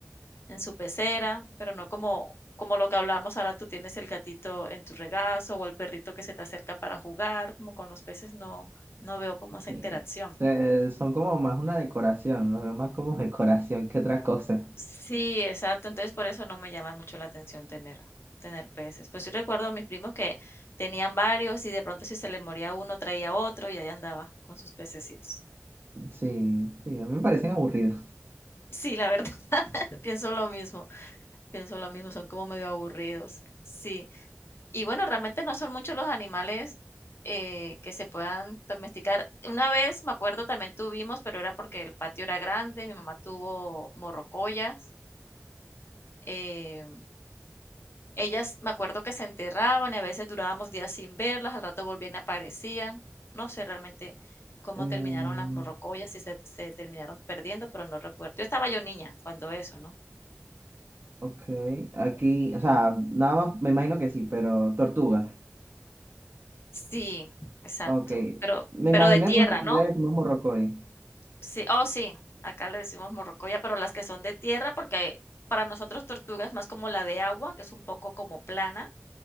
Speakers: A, on the left (about 55°); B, on the right (about 50°).
A: en su pecera, pero no como, como lo que hablamos ahora, tú tienes el gatito en tu regazo o el perrito que se te acerca para jugar, como con los peces no, no veo como esa
B: Sí.
A: interacción.
B: Eh, son como más una decoración, los veo más como <laughs> decoración que otra cosa.
A: Sí, exacto. Entonces, por eso no me llama mucho la atención tener tener peces. Pues, yo recuerdo a mis primos que tenían varios, y de pronto si se les moría uno, traía otro, y ahí andaba con sus pececitos.
B: Sí, sí, a mí me parecen aburridos.
A: Sí, la verdad, <laughs> pienso lo mismo, pienso lo mismo, son como medio aburridos. Sí. Y bueno, realmente no son muchos los animales, eh, que se puedan domesticar. Una vez, me acuerdo, también tuvimos, pero era porque el patio era grande, mi mamá tuvo morrocollas, eh, Ellas, me acuerdo que se enterraban y a veces durábamos días sin verlas, al rato volvían y aparecían. No sé realmente cómo
B: Eh,
A: terminaron las Mm. morrocoyas, si se se terminaron perdiendo, pero no recuerdo. Yo estaba yo niña cuando eso, ¿no?
B: ok, aquí, o sea, nada más me imagino que sí, pero tortugas.
A: Sí, exacto,
B: Ok,
A: pero
B: me imaginé
A: pero de tierra,
B: por la actividad
A: ¿no?
B: del mismo morrocoy,
A: Sí, oh, sí, acá le decimos morrocoya, pero las que son de tierra, porque para nosotros tortuga es más como la de agua, que es un poco como plana,